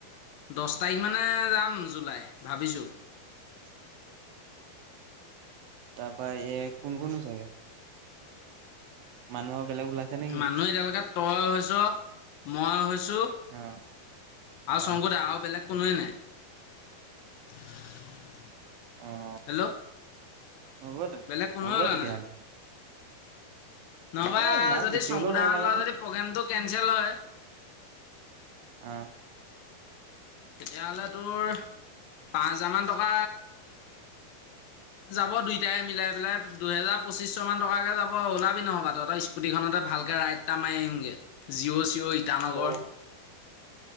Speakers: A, on the left; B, on the right.
A: দচ তাৰিখ মানে যাম জুলাই ভাবিছো।
B: <unintelligible> তাৰ পৰা এই কোন কোনো চাগে মানুহৰ বেলেগ ওলাইছে নেকি?
A: মানুহ এতিয়ালৈকে তই <unintelligible> মই হৈছো
B: অ', অ',
A: আৰু শংকুদা আৰু বেলেগ কোনোৱে নাই। <unintelligible>
B: অঁ।
A: হেল্ল'।
B: হ'ব দিয়ক
A: বেলেগ কোনোৱে
B: হ'ব
A: ওলোৱা
B: তেতিয়াহ'লে।
A: নাই নহবা
B: এ ইমান
A: যদি
B: বেছি
A: শংকুদা
B: হ'লেও ভাল
A: হতৰ
B: নহ'ব
A: লগত
B: ন
A: যদি প্ৰগ্ৰেম টো কেনচেল হয়।
B: অঁ।
A: তেতিয়া হ'লে তোৰ পাঁচ হাজাৰ মান টকা যাব দুইটাই মিলাই পেলাই দুহেজাৰ পঁচিশ শ মান টকাকে যাব আৰু ওলাবি নহ'বা তহঁতৰ স্কুটি খনতে ভালকে ৰাইডটা মাৰি আহিম গৈ, জিঅ' চিঅ' ইটানগৰ।
B: আকৌ